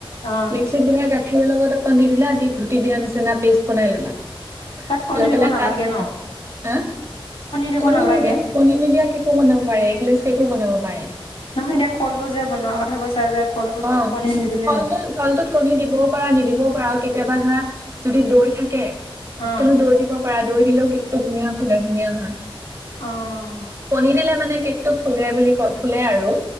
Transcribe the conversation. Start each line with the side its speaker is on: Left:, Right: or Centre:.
Left: অ',
Right: মিক্সিত দৰা গাখ গাখীৰ লগত অকমান দি দিলা দি ঘুটি দিয়া নিচিনা পেষ্ট বনাই ললা
Left: তাত কণী
Right: লৈ
Left: দিব
Right: পেলাই
Left: নালাগে
Right: তাত
Left: ন?
Right: হ
Left: দিব
Right: কণী
Left: নালাগে?
Right: নিদিয়া কণী নিদিয়া কেকো বনাব পাৰে গ্লেছ কেকো বনাব পাৰে
Left: নহয় এতিয়া কলো যে বনোৱাৰ কথা কৈছা যে কলটোত
Right: অ
Left: কণী নিদিলেই
Right: কলটো
Left: হ'ব?
Right: কলটোত কণী দিবও পাৰা নিদিবও পৰা কেতিয়াবা ধৰা যদি দৈ থাকে
Left: অ',
Right: তো দৈ দিব পাৰা। দৈ দিলেও কেক টো ধুনীয়া ফুলে ধুনীয়া হয়।
Left: অ',
Right: কণী দিলে মানে কেকটো ফুলে বুলি কয় ফুলে আৰু।